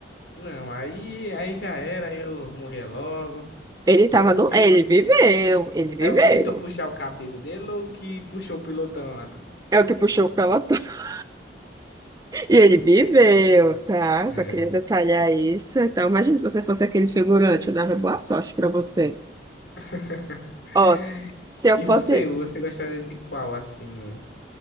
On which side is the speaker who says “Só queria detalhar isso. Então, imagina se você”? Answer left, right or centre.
Right